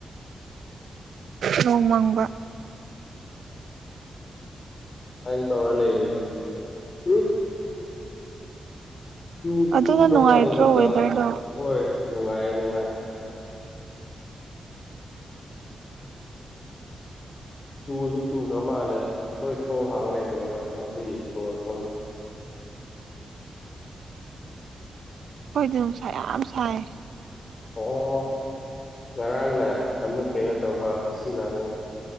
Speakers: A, on the right; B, on the left.
A: ꯅꯣꯡꯃꯥꯡꯕ
B: ꯑꯅ ꯇꯧꯔꯂꯒꯅꯤ ꯇ ꯆꯨꯁꯨ
A: ꯑꯗꯨꯅ
B: ꯆꯨꯈ꯭ꯔ
A: ꯅꯨꯡꯉꯥꯏꯇ꯭ꯔꯣ
B: ꯃꯥꯜꯂꯦ ꯅꯨꯡꯗꯥꯡ
A: ꯋꯦꯗꯔꯗꯣ
B: ꯍꯣꯏ ꯅꯨꯡꯉꯥꯏ ꯅꯨꯡꯉꯥꯏ ꯆꯨꯗꯨ ꯆꯨꯈ꯭ꯔ ꯃꯥꯜꯂꯦ ꯑꯩꯈꯣꯏ ꯊꯣꯡ ꯍꯥꯡꯉꯒ ꯂꯩꯕꯅꯦ ꯃꯗꯣ ꯍꯟꯆꯤꯒꯤ ꯊꯣꯡꯑ ꯐꯪꯉꯦ
A: ꯑꯩꯈꯣꯏꯗꯤ ꯅꯨꯡꯁꯥ ꯌꯥꯝ ꯁꯥꯏ
B: ꯑꯣ ꯉꯔꯥꯡꯅ ꯑꯃꯨꯛ ꯀꯩꯅꯣ ꯇꯧꯕ ꯉꯁꯤꯅ ꯑꯃꯨꯛ